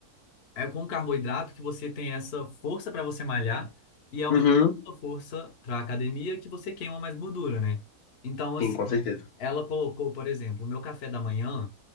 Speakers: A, on the left (about 50°); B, on the left (about 70°).
A: É com carboidrato que você tem essa força para você malhar e é aumentando
B: Uhum.
A: a sua força para academia que você queima mais gordura, né? Então, assim,
B: Sim, com certeza.
A: ela colocou, por exemplo, o meu café da manhã